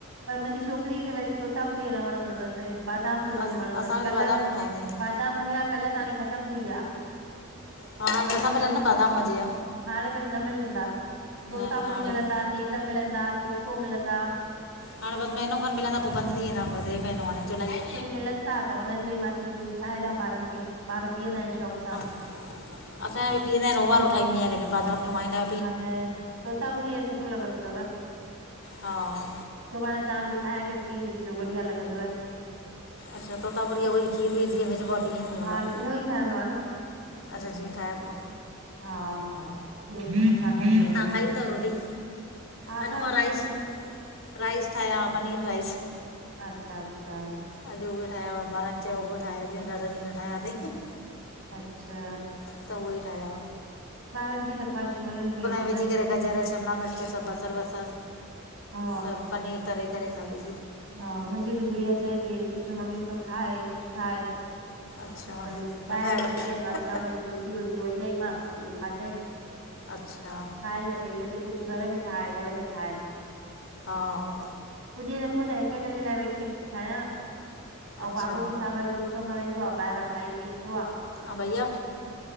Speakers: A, on the right; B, on the left.
A: पर मुंहिंजी छोकिरीअ खे वरी तोतापुरीअ जो न वणंदो अथस। बादाम जो हुनखे
B: अस
A: वणंदो
B: असां
A: अथस
B: त
A: कल्ह
B: बादाम जो ठाहींदा आहियूं
A: बदाम हुया कल्ह ताणी खत्म थी विया। ॿ
B: हा हाणे नथा
A: टे किलोमी
B: मिलनि न बादाम मज़े जा
A: हाणे बस न मिलंदा। तोतापुरी
B: न न हाणे
A: मिलंदा,
B: न
A: नीलम मिलंदा, चोसो मिलंदा।
B: हाणे बस महीनो खनि मिलंदा पोइ बंद थी वेंदा हे महीनो हाणे जोलाई।
A: मिलन था त हुननि जो ई मां चयमि जूस ठाहे ॾियां ॿारनि खे ॿार पीअंदा आहिन शौक़ सां।
B: असां बि पीअंद आहि आहिन उ वारो ठाहींदीय लेकिन <unintelligible>
A: हा न तोतापुरी जो सुठो लॻंदो अथव।
B: हा
A: सुभाणे तां बि ठाहे करे पी ॾिसजो बढ़िया लॻंदव।
B: अच्छा तोतापुरी उो ई खीर -वीर विझ बोआ ती ईईी
A: हा
B: मतिलब
A: उअं ई ठहंदो आहे न
B: अच्छा जीअ ठायबो आ।
A: हा हा हूं। छा ठाईंथव
B: तव्हां
A: रोटी?
B: खाई अथव रोटी
A: हा आसां
B: अॼु मां
A: रोटी
B: राइस
A: सभिनी
B: राइस ठाया पनीर राइस।
A: अच्छा -अच्छा।
B: अॼु उए ठाहिया हुया ॿारनि चयो उए ठाहे अॼ ॾा ॾींं खा ठहिया कान अथई।
A: अच्छा
B: त उहो ई ठहिया।
A: ॿारनि जी त ख़्वाहिशूं हलनि पयूं थी
B: विझी
A: न।
B: करे गजर, शिमला मिर्च सभ बसर -बसर
A: हा
B: सभ पनीर तरे करे सभ।
A: हा मुंहिंजी बि गुड़िया चए पई अॼु कुझु मम्मी ठाहे कुझु ठाहे।
B: अच्छा
A: वरी
B: न
A: ॿाहिरां
B: ठाहिबो
A: ई वठी आईमास शाम जो फुल्की वुल्की वठी आईमास उहे खाधई।
B: अच्छा
A: खाहे न पई चए पई कुझु घर में ठाहे घर में ठाहे।
B: हा
A: पुॼ नथो न हिक ॼणे लाइ वेठी ठाहियां। ऐं
B: अच्छा
A: बाबू बि शाम जो दोस्तनि सां वेंदो आ ॿाहिरां खाई पी ईंदो आ।
B: हा भईया।